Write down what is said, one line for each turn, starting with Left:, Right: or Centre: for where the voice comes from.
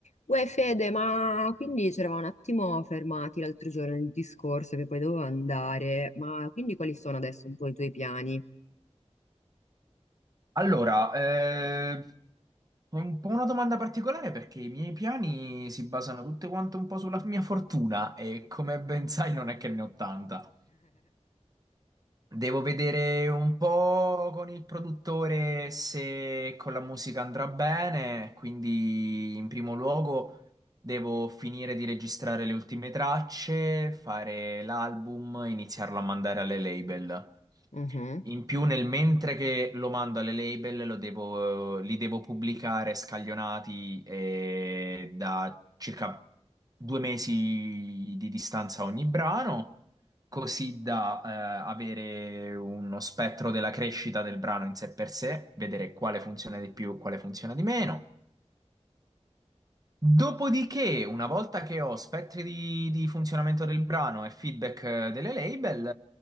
Left: Uè Fede, ma quindi ci eravamo un attimo fermati l'altro giorno nel discorso che poi dovevo andare, ma quindi quali sono adesso un po' i tuoi piani?
Right: Allora, eh, è un po' una domanda particolare perché i miei piani si basano tutte quante un po' sulla mia fortuna e come ben sai non è che ne ho tanta. Devo vedere un po' con il produttore se con la musica andrà bene, quindi in primo luogo devo finire di registrare le ultime tracce, fare l'album, iniziarlo a mandare alle label.
Left: Mhm,
Right: In più, nel mentre che lo mando alle label, lo devo- li devo pubblicare scaglionati eh, da circa due mesi di distanza ogni brano così da eh, avere uno spettro della crescita del brano in sé per sé, vedere quale funziona di più e quale funziona di meno. Dopodiché, una volta che ho spettri di, di funzionamento del brano e feedback eh, delle label,